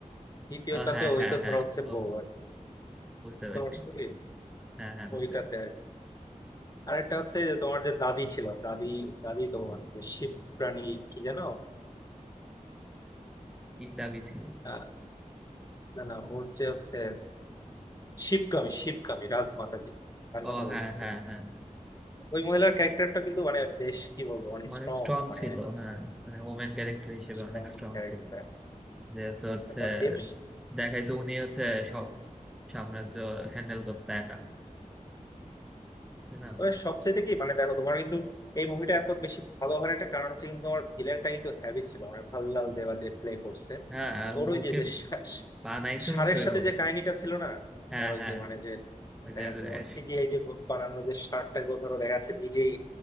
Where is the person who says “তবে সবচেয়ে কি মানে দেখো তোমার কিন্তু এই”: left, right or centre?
Left